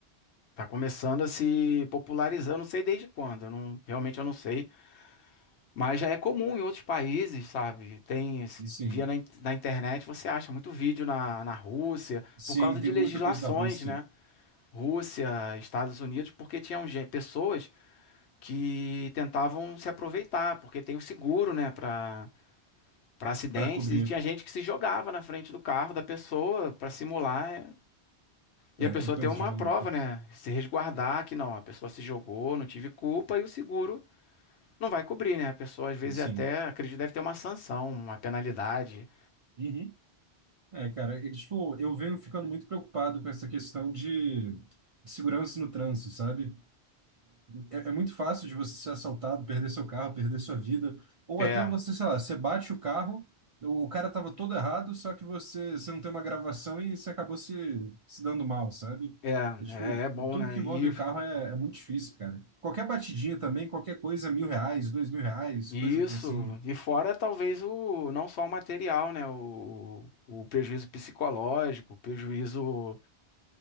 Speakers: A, on the left (about 75°); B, on the right (about 45°).
A: tá começando a se popularizar. Eu não sei desde quando, eu não, realmente eu não sei, mas já é comum em outros países, sabe? Tem, esse-
B: Sim.
A: via na, in- na internet, você acha muito vídeo na, na Rússia,
B: Sim,
A: por causa
B: tem
A: de
B: muita
A: legislações,
B: coisa da Rússia
A: né? Rússia, Estados Unidos, porque tinham gen- pessoas que tentavam se aproveitar, porque tem o seguro, né, para para acidentes
B: para cobrir.
A: e tinha gente que se jogava na frente do carro da pessoa para simular é, e
B: É,
A: a pessoa
B: é coisa
A: ter uma
B: de maluco.
A: prova, né, se resguardar que não, a pessoa se jogou, não tive culpa e o seguro não vai cobrir, né? A pessoa às vezes
B: Sim.
A: até acredito deve ter uma sanção, uma penalidade.
B: Uhum. É, cara, é que, tipo, eu venho ficando muito preocupado com essa questão de, de segurança no trânsito, sabe? É, é muito fácil de você ser assaltado, perder seu carro, perder sua vida. Ou
A: É,
B: até você, sei lá, você bate o carro, o o cara tava todo errado, só que você, você não tem uma gravação e você acabou se, se dando mal, sabe?
A: é,
B: É, tipo,
A: é, é bom,
B: tudo
A: né?
B: que envolve
A: E
B: carro é, é muito difícil, cara. Qualquer batidinha também, qualquer coisa, mil reais, dois mil reais,
A: e
B: coisa
A: isso,
B: assim.
A: e fora talvez o não só o material, né? O, o prejuízo psicológico, o prejuízo